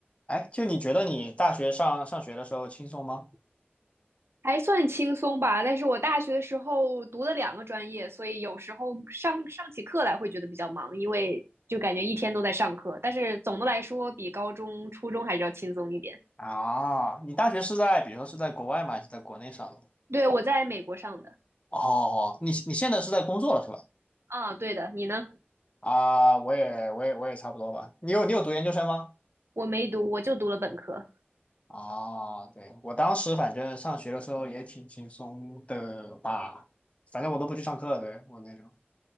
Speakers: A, on the left; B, on the right.
A: 哎，就你觉得你大学上上学的时候轻松吗？
B: 还算轻松吧，但是我大学的时候读了两个专业，所以有时候上上起课来会觉得比较忙，因为就感觉一天都在上课。但是总的来说，比高中、初中还是要轻松一点。
A: 啊，你大学是在，比如说是在国外吗？还是在国内上的
B: 对，我在美国上的
A: 哦，你你现在是在工作了是吧？
B: 啊，对的，你呢？
A: 啊，我也我也我也差不多吧。你有你有读研究生吗？
B: 我没读，我就读了本科。
A: 啊，对，我当时反正上学的时候也挺轻松的吧，反正我都不去上课，对，我那种。